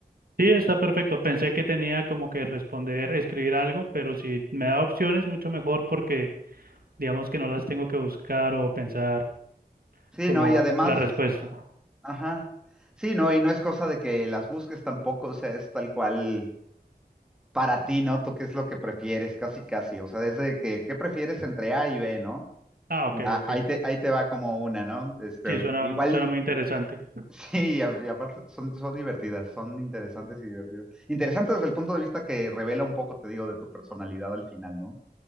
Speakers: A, on the right; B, in the centre.
A: Sí, está perfecto. Pensé que tenía como que responder, escribir algo, pero si me da opciones, mucho mejor porque digamos que no las tengo que buscar o pensar
B: Sí,
A: como
B: no, y además
A: la respuesta.
B: Ajá. Sí, no, y no es cosa de que las busques tampoco, o sea, es tal cual para ti, ¿no? Tú qué es lo que prefieres, casi, casi. O sea, desde que, ¿qué prefieres entre A y B, ¿no?
A: Ah,
B: Mira,
A: ok, ok.
B: ahí te, ahí te va como una, ¿no? Este,
A: Sí, suena,
B: igual,
A: suena muy interesante.
B: <laughs> sí, y, a- y aparte son, son divertidas, son interesantes y divertidas. Interesantes desde el punto de vista que revela un poco, te digo, de tu personalidad al final, ¿no?